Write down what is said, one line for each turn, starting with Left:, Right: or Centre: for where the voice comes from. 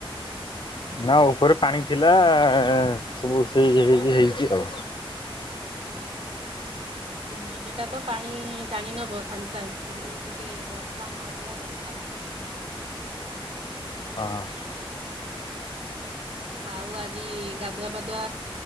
Left: ନା ଉପରେ ପାଣି ଥିଲା ସବୁ ସେଇ ହେଇକି ହେଇଛି ଆଉ।
Right: ସିମେଟ ଟା ତ ପାଣି ଟାଣି ନବ ସାଙ୍ଗେ ସାଙ୍ଗେ କିନ୍ତୁ ଟିକେ ବର୍ଷା ନହବା ଦରକାର।
Left: ହଁ।
Right: ଆଉ ଆଜି ଗାଧୁଆ ପାଧୁଆ